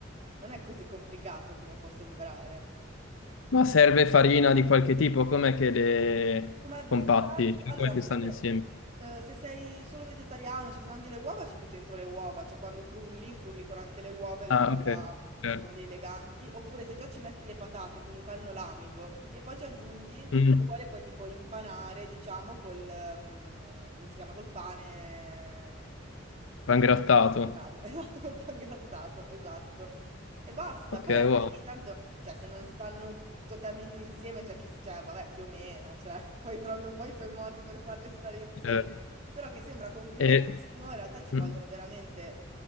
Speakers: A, on the right (about 35°); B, on the left (about 70°).
A: non è così complicato come può sembrare.
B: Ma serve farina di qualche tipo, com'è che le
A: Come addensante,
B: compatti? Cioè,
A: allora
B: come che
A: se,
B: stanno
A: se-
B: insieme?
A: eh, se sei solo vegetariano, cioè se mangi le uova ci butti dentro le uova, cioè quando frulli, frulli con anche le uova e le
B: Ah,
A: uova
B: ok,
A: sono
B: certo.
A: le eleganti, oppure se già ci metti le patate comunque al nolamido e poi ci aggiungi,
B: Mm.
A: se vuole poi tipo impanare, diciamo, col, ehm, come si chiama, col pane,
B: Va ingrattato.
A: <laughs> esatto, col pangrattato, esatto. E basta.
B: Ok,
A: Poi anche
B: wow,
A: lì tanto, cioè se non stanno totalmente insieme, c'è chi, s- cioè vabbè, più o meno, cioè <laughs> poi trovi un po' i tuoi modi per farle stare insieme.
B: certo.
A: Però che sembra complicatissimo,
B: E,
A: in realtà ci
B: mm,
A: vogliono
B: mm,
A: veramente,